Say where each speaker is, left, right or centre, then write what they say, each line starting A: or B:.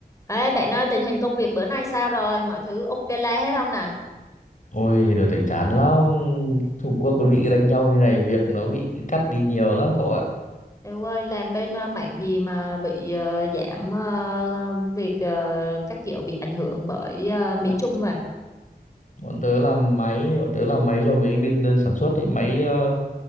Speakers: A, on the left; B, on the left.
A: Ê bạn ơi tình hình công việc bữa nay sao rồi? Mọi thứ ok la hết không nè?
B: Ôi, đợt này chán lắm. Trung Quốc với Mỹ đánh nhau như này, việc nó bị cắt đi nhiều lắm cậu ạ.
A: Đều ơi làm bên ờ, mảng gì mà bị ờ, giảm ờ, việc ờ, các kiểu bị ảnh hưởng bởi ờ, Mỹ
B: Bọn,
A: Trung vậy?
B: bọn tớ làm máy, bọn tớ làm máy cho mấy bên đơn sản xuất, ấy, máy ờ,